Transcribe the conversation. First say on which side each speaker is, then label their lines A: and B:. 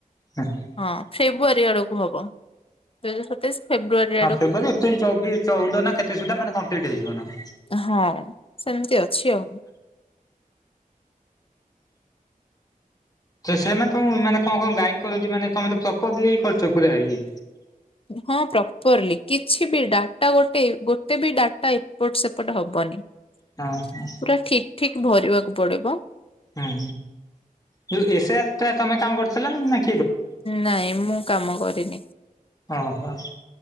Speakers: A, on the left; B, on the left.
A: ଆଉଛି
B: ହଁ ଫେବୃଆରୀ ଆଡକୁ ହବ ଦୁଇ ହଜାର ସତେଇଶ ଫେବୃଆରୀ ଆଡକୁ
A: ହଁ ଫେବୃୟାରୀ ଏପ୍ରିଲ ଚବି ଚଉଦ ନା କେତେ ସୁଦ୍ଧା ମେ କମ୍ପ୍ଲିଟ୍ ହେଇଯିବ ନା ।
B: ହଁ ସେମିତି ଅଛି ଆଉ । <inaudible>
A: ତ ସେମାନେ ତ ମାନେ କଣ କଣ ଗାଇଡ କରନ୍ତି ମାନେ ତମେ ତ ପ୍ରପରଲି କରୁଛ ପୁରା ଇଏ?
B: ହଁ ପ୍ରପରଲି କିଛି ବି ଡାଟା ଗୋଟେ ଗୋଟେ ବି ଡାଟା ଏପଟ ସେପଟ ହ ହବନି
A: ହଁ
B: ପୁରା
A: ହଁ
B: ଠିକ ଠିକ ଭରିବାକୁ ପଡିବ ।
A: ହୁଁ ଯୋଉ ଏସଆ ଟ ତମେ କାମ କରୁଥିଲ ନା ନାଇ ।
B: ନାଇଁ ମୁଁ କାମ କରିନି ।
A: ହଁ ହଁ।